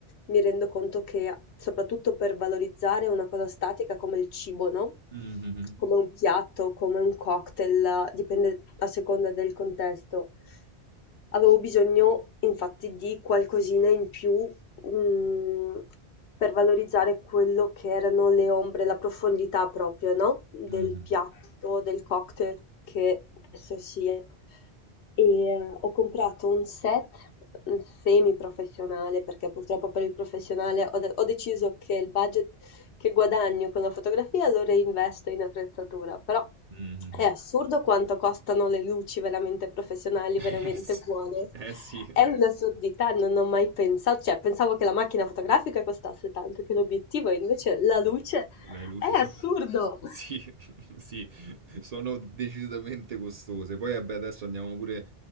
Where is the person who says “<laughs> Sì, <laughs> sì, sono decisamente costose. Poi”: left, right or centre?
Right